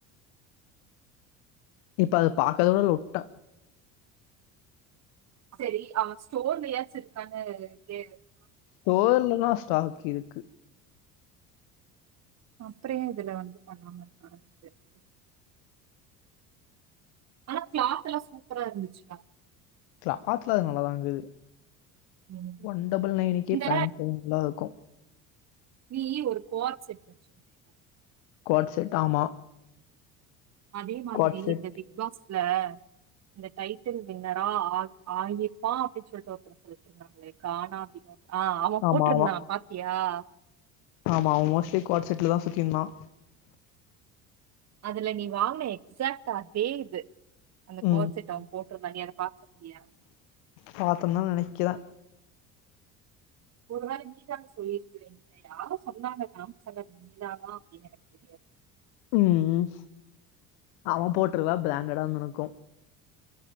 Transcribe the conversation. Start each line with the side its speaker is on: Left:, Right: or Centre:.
Left: இப்ப அத பாக்கரது கூட இல்ல உட்டே
Right: சரி அவே ஸ்டோர்லயாச்சு இருக்கானு கேளு
Left: ஸ்டோர்லலா ஸ்டாக் இருக் கு
Right: அப்பற ஏ இதுல வந்து பண்ணாம இருக்கான்னு தெரிலயே ஆனா கிளாத் எல்லா சூப்பரா இருந்துச்சு டா
Left: கிளாத்லா அது நல்லாதாங் இருக்
Right: ம்.
Left: ஒன் டபுள் நையனுக்கே
Right: இந்த
Left: பேண்ட் இங் லாருக்கும்
Right: நீ ஒரு கோ ஆப் செட் வச்சுருந்தீல
Left: குவாட் செட் ஆமா
Right: அதே மாதிரி
Left: குவாட் செட்
Right: இந்த பிக் பாஸ் அதுல டைட்டில் வினரா ஆகி ஆகிருப்பான் அப்டின்னு சொல்லிட்டு ஒருத்த சொல்லிட்டு இருந்தாங்களே கானா வினோ ஆ அவன்
Left: ஆமா
Right: போட்டிருந்தான்
Left: ஆமா
Right: பாத்தியா <unintelligible>
Left: ஆமா அவன் மோஸ்ட்லி கோட் செட்ல தான் சுத்திருந்தான்
Right: அதுல நீ வாங்ன எக்ஸாக்ட் அதே இது அந்த
Left: ம்
Right: கோர் செட் அவன் போட்டிருந்தான் நீ அத பாத்து இருந்தியா
Left: பாத்தோம்னா நினைக்கிறேன்
Right: ஒரு வேளை நீதா சொல்லிருக்க ஏகிட்ட யாரோ சொன்னாங்க காம்சாங்க அது நீ தானா அப்டின் எனக்கு தெரியாது
Left: ம் அவன் போட்ருக்கலாம் பிரண்டடா வந்து எனக்கும்